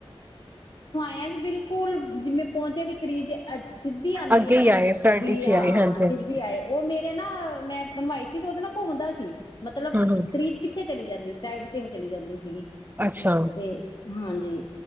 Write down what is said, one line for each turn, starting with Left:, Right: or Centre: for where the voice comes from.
Left: ਮੈਂ ਵੀ ਬਿਲਕੁਲ ਜਿਵੇਂ ਪੋਚਿਆ ਦੀ ਕਰੀਜ਼, ਸਿੱਧੀ ਆਦੀ
Right: ਅੱਗੇ
Left: ਹੈ ਨਾ
Right: ਹੀ ਆਏ ਫਰੰਟ
Left: ਵੀ
Right: ਵਿਚ
Left: ਹਾਂ,
Right: ਹੀ ਆਏ ਹਾਂਜੀ-ਹਾਂਜੀ
Left: ਸਿੱਧੀ ਆਏ ਉਹ ਮੇਰੇ ਨਾ ਮੈਂ ਬਣਵਾਈ। ਤੇ ਉਹਦੇ ਨਾਲ ਘੁੰਮਦਾ ਸੀ। ਮਤਲਬ
Right: ਹੂੰ-ਹੂੰ
Left: ਕਰੀਜ ਪਿੱਛੇ ਚਲੀ ਜਾਂਦੀ। ਸਾਈਡ ਤੇ ਚਲੀ ਜਾਂਦੀ ਸੀਗੀ।
Right: ਅੱਛਾ,
Left: ਤੇ ਹਾਂਜੀ,